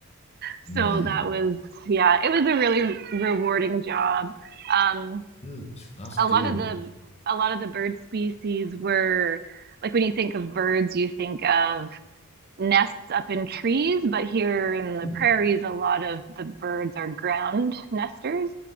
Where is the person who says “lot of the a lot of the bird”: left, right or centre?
Right